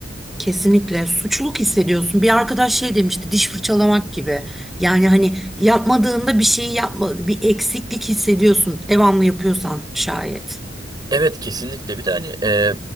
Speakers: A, in the centre; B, on the right.
A: Kesinlikle suçluluk hissediyorsun. Bir arkadaş şey demişti, diş fırçalamak gibi. Yani hani yapmadığında bir şeyi yapma, bir eksiklik hissediyorsun. Devamlı yapıyorsan şayet.
B: Evet kesinlikle bir de hani e,